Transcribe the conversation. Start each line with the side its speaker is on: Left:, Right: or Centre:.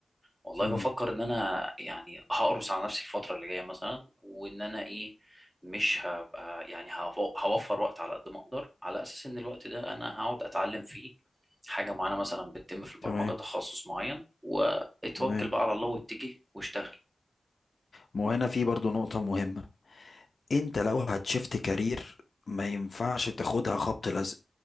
Right: والله
Left: امم
Right: بفكر ان انا يعني هقرص على نفسي الفتره اللي جايه مثلا وان انا ايه مش هبقى يعني هف- هوفر وقت على قد ما اقدر على اساس ان الوقت ده انا هقعد اتعلم فيه حاجه معينه مثلا بتتم في البرمجه
Left: تمام
Right: تخصص معين واتوكل
Left: تمام
Right: بقى على الله واتجه واشتغل
Left: ما هو هنا في برضو نقطة مهمة انت لو هتشفت كارير ما ينفعش تاخدها خبط لزق